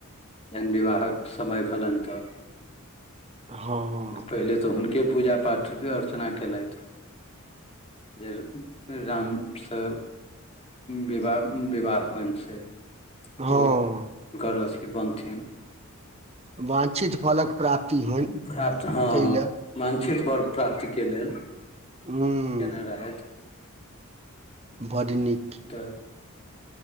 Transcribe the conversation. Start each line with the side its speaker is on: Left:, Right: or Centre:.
Left: जहन विवाहक समय भेलनि तऽ
Right: हँ
Left: पहिले तऽ हुनके पूजा-पाठक अर्चना केलथि, जे रामसँ विवाह, विवाह होनि से
Right: हँ
Left: ओ हुनकर अथी बनथिन <unintelligible>
Right: वांछित फलक प्राप्ति होनि
Left: प्राप्त हँ,
Right: ताहि लए
Left: वांछित वर प्राप्तिक लेल
Right: हू
Left: केने रहैथ
Right: बड्ड नीक
Left: तऽ